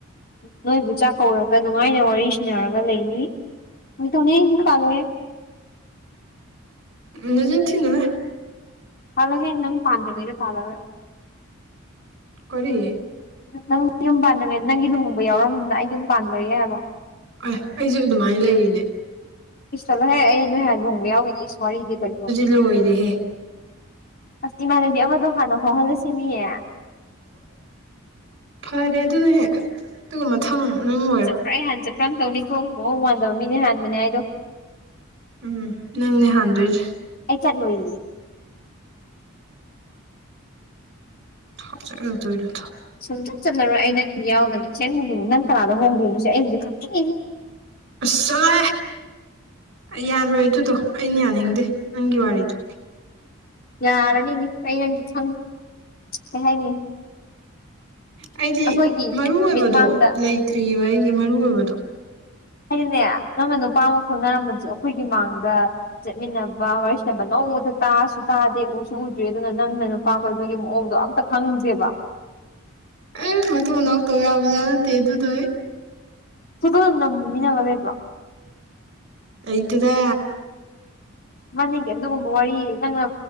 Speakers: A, on the left (about 45°); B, on the right (about 55°).
A: ꯅꯣꯏꯕꯨ ꯆꯥꯛꯀꯧꯔꯅꯤ ꯅꯨꯡꯉꯥꯏꯅ ꯋꯥꯔꯤ ꯁꯟꯅꯔꯒ ꯂꯩꯅꯤ ꯑꯗꯨꯇꯧꯅꯦꯁꯨ ꯄꯥꯜꯂꯛꯑꯦ
B: ꯅꯖ ꯊꯅ ꯂ
A: ꯄꯥꯜꯂꯒꯦ ꯅꯪ ꯄꯥꯟꯗ꯭ꯉꯩꯗ ꯄꯥꯜꯂꯒ
B: ꯀꯔꯤ
A: ꯅꯪ ꯌꯨꯝ ꯄꯥꯟꯉꯥꯏ ꯅꯪꯒꯤ ꯂꯨꯍꯣꯡꯕ ꯌꯥꯎꯔꯝꯗꯨꯅ ꯑꯩ ꯑꯗꯨꯝ ꯄꯥꯟꯂꯣꯏꯌꯦ ꯍꯥꯏꯕ
B: ꯑ ꯑꯩꯁꯨꯦ ꯑꯗꯨꯃꯥꯏꯅ ꯂꯩꯔꯤꯅꯦ
A: ꯏꯁꯤꯁ ꯆꯂꯍꯦ ꯑꯩ ꯅꯣꯏꯍꯥꯟ ꯅꯣꯡꯕ ꯌꯥꯎꯋꯅꯦ ꯏꯁ ꯋꯥꯔꯤꯗꯤ ꯀꯩꯌꯣ
B: ꯂꯣꯏꯗ ꯍꯦ
A: ꯑ ꯁꯤ ꯏꯃꯅꯗꯤꯈꯗ ꯍꯥꯟꯅꯍꯣꯍꯜꯂꯦ ꯁꯤꯃꯤꯌꯦꯦ
B: ꯐꯔꯦ ꯑꯗꯨꯅ ꯍꯦꯛ ꯑꯗꯨꯒ ꯃꯊꯪ ꯅꯪ ꯑꯣꯏꯔꯣ
A: ꯄꯨꯔ ꯑꯩ ꯍꯥꯟ ꯆꯠꯄ꯭ꯔꯥ ꯑꯃ ꯇꯧꯅꯤꯀꯣ ꯃꯑꯣꯡ ꯃꯥꯟꯗꯕ ꯃꯤꯅꯦ ꯍꯥꯟꯕꯅꯦ ꯍꯥꯏꯗꯣ
B: ꯎꯝ ꯅꯪꯅꯦ ꯍꯥꯟꯗꯣꯏꯁꯦ
A: ꯑꯩ ꯈꯠꯅꯣꯌꯦꯗꯤ
B: ꯊꯅꯣꯏꯔꯦ
A: ꯁꯨꯡꯆꯠ ꯆꯠꯂꯔꯣꯏ ꯑꯩꯅ ꯌꯥꯎꯗꯅ ꯑꯁꯦꯡꯕꯒꯤ ꯅꯪ ꯀꯅꯥꯗꯣ ꯍꯣꯡꯗꯣꯏꯅꯁꯦ ꯑꯩ ꯍꯧꯖꯤꯛ ꯈꯛꯇꯪ
B: ꯑꯁꯂꯦ ꯌꯥꯔꯣꯏ ꯑꯗꯨꯗꯣ ꯑꯩꯅ ꯌꯥꯅꯤꯡꯗꯦ ꯅꯪꯒꯤ ꯋꯥꯔꯤꯗꯣ
A: ꯌꯥꯔꯅꯤꯅꯦ ꯑꯩ ꯅꯁꯨ ꯈꯪ ꯀꯩ ꯍꯥꯏꯅꯤ
B: ꯑꯩꯗꯤ
A: ꯑꯩꯈꯣꯏꯒꯤ
B: ꯃꯔꯨ ꯑꯣꯏꯕꯗꯣ
A: ꯃꯤꯠꯃꯥꯡꯗ
B: ꯂꯩꯇ꯭ꯔꯤꯑꯔꯤꯕ ꯑꯩꯒꯤ ꯃꯔꯨꯏꯕꯗꯣ
A: ꯍꯥꯏꯗꯤꯅꯦ ꯅꯪꯅ ꯅꯨꯄꯥ ꯑꯃ ꯈꯪꯅꯔꯝꯕꯁꯨ ꯑꯩꯈꯣꯏꯒꯤ ꯃꯥꯡꯗ ꯆꯠꯃꯤꯟꯅꯕ ꯋꯥꯔꯤ ꯁꯅꯕ ꯅꯣꯡꯃꯗ ꯇꯥꯑꯁꯨ ꯇꯥꯗꯦ ꯎꯁꯨ ꯎꯗ꯭ꯔꯔꯤ ꯑꯗꯨꯅ ꯅꯪꯅ ꯏꯃꯥ ꯀꯣꯏꯕꯒꯤ ꯃꯑꯣꯡꯗꯣ ꯑꯝꯇ ꯈꯪꯁꯦꯕ
B: ꯑꯦ ꯃ ꯎꯅꯎ ꯇꯧꯋꯕꯖꯥ ꯇꯦꯗꯨꯗꯣꯏ
A: ꯁꯗ ꯅ ꯃꯤꯅ ꯋꯥ ꯂꯩꯕ
B: ꯑꯩꯗꯨꯗ
A: ꯃꯅꯤꯡꯉꯦ ꯑꯗꯨꯒꯨꯝꯕ ꯋꯥꯔꯤ ꯅꯪꯅ